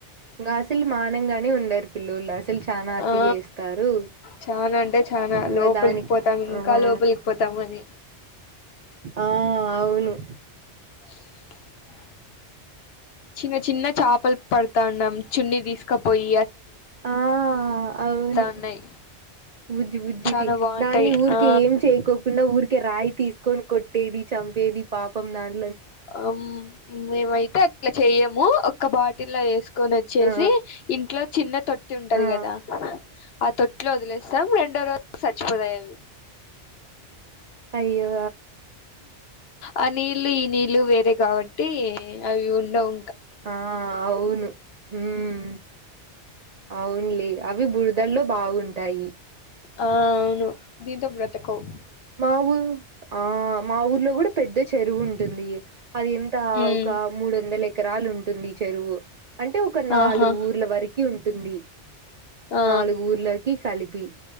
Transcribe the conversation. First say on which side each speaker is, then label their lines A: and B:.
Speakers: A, on the right (about 60°); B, on the left (about 65°).
A: గాసులు మానంగానే ఉండారు పిల్లుల్లాస్ అసలు చానా అతి
B: ఆ
A: చేస్తారు
B: చానా అంటే చానా
A: ఇంకా
B: లోపలికి
A: దానికి
B: పోతాం
A: ఆ
B: ఇంకా లోపలికి పోతాం అని
A: ఆ అవును
B: <inaudible> చిన్న చిన్న చాప పలు పడతా ఉన్నాం చున్ని తీసుకు కాపోయి
A: ఆ అవును
B: ఉన్నాయి
A: బుజ్జి బుజ్జిటి
B: చాలా బాగుంటాయి
A: దాన్ని ఊరికే
B: ఆ
A: ఏం చేయకోకుండా ఊరికే రాయి తీసుకొని కొట్టేది చంపేది పాపం దాన
B: ఆమ్ మేమైతే అట్లా చేయము ఒక బాట టిలా ఎస్ కొని వచ్చేసి
A: ఆ
B: ఇంట్లో చిన్న తొట్టి ఉంటది
A: ఆ
B: కదా ఆ తొట్టిలో వదిలేస్తాం రెండో రోజుకి చచ్చిపోతాయి అవి
A: అయ్యో
B: ఆ నీళ్ళు ఈ నీళ్లు వేరే కాబట్టి అవి ఉండవ్
A: ఆ అవును ఉమ్ అవున్లే అవి బురదల్లో బాగుంటాయి
B: ఆ అవును దీంతో బ్రతకవ్
A: మా ఊ ఆ మా ఊర్లో కూడా పెద్ద చెరువు ఉంటుంది అది ఎంత
B: ఉమ్
A: ఒక మూడు వందల ఎ కరాలు ఉంటుంది చెరువు అంటే ఒక నాలుగు
B: ఆహా
A: ఊర్ల వరకి ఉన్ టుంది
B: ఆ
A: నాలుగు ఊర్లకి కలి పి